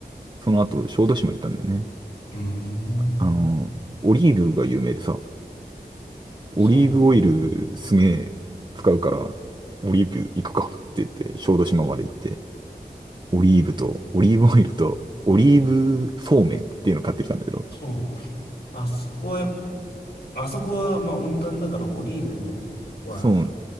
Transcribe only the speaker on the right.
その後、小豆島行ったんだよね。
あの、オリーブが有名でさ、
オリーブオイルすげえ使うから、オリーブ行くかって言って、小豆島まで行って、オリーブと、オリーブオイルと、オリーブそうめんっていうのを買ってきたんだけど、
そう、